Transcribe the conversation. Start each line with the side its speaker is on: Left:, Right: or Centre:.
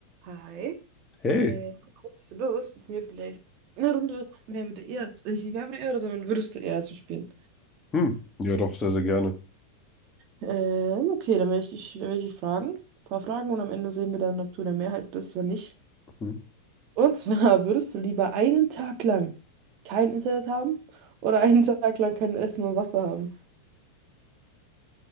Right: Hi.
Left: Hey,
Right: Äh, hättest du Lust, mit mir vielleicht eine Runde Wer würde eher, zu- nicht Wer würde eher, oder, sondern würdest du eher zu spielen?
Left: hm, ja doch, sehr, sehr gerne.
Right: Ähm, okay, dann werde ich dich, dann werde ich dich fragen. Ein paar Fragen und am Ende sehen wir dann, ob du in der Mehrheit bist oder nicht.
Left: Hm.
Right: Und zwar, <laughs> würdest du lieber einen Tag lang kein Internet haben oder einen <laughs> Tag lang kein Essen und Wasser haben?